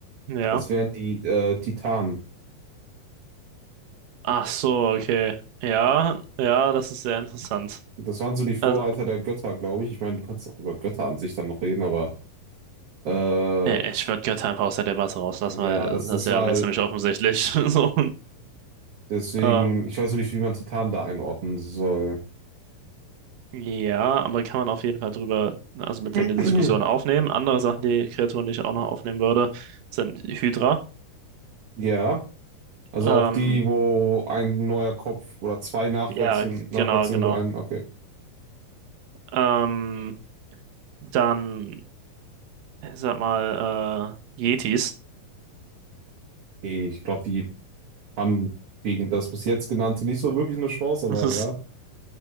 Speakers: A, on the right; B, on the right.
A: ja.
B: Das wären die äh, Titanen.
A: Ach so, okay. Ja, ja, das ist sehr interessant.
B: Das waren so die Vorreiter
A: Also,
B: der Götter, glaube ich. Ich meine, du kannst auch über Götter an sich dann noch reden, aber äh,
A: äh, ich würde Götter einfach aus der Debatte rauslassen,
B: ja,
A: weil äh,
B: das,
A: das
B: das
A: ist ja
B: war.
A: irgendwie ziemlich offensichtlich. <laughs> So,
B: Deswegen,
A: ähm,
B: ich weiß noch nicht, wie man Titan da einordnen soll.
A: Ja, aber kann man auf jeden Fall drüber, ne, also
B: <clears throat>
A: mit in die Diskussion aufnehmen. Andere Sachen, die Kreaturen, die ich auch noch aufnehmen würde, sind Hydra.
B: Ja, also
A: Mhm. Ähm,
B: auch die, wo ein neuer Kopf oder zwei nachwachsen,
A: ja,
B: nachwachsen
A: genau, genau.
B: und du einen, okay.
A: Ähm, dann, ich sag mal, äh, Yetis.
B: Nee, Ich glaube, die haben gegen das bis jetzt genannte nicht so wirklich eine Chance, aber
A: <laughs>
B: ja.